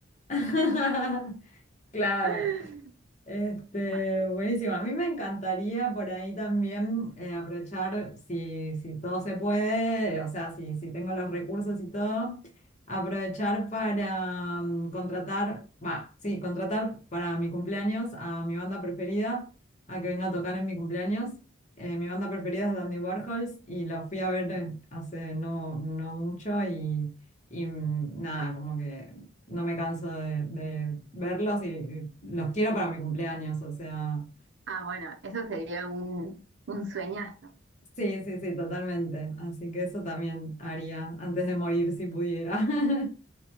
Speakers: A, on the left (about 35°); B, on the right (about 60°).
A: <laughs> Claro.
B: <laughs>
A: Este,
B: Bueno,
A: buenísimo. A mí me encantaría por ahí también eh, aprovechar, si, si todo se puede, o sea, si, si tengo los recursos y todo, aprovechar para mm, contratar, va, sí, contratar para mi cumpleaños a mi banda preferida, a que venga a tocar en mi cumpleaños. Eh, mi banda preferida es Dandy Warhols y los fui a ver eh, hace no, no mucho y, y mm, nada, como que no me canso de, de verlos y, y los quiero para mi cumpleaños, o sea,
B: ah, bueno, eso sería un, un sueñazo.
A: sí, sí, sí, totalmente. Así que eso también haría antes de morir si pudiera. <laughs>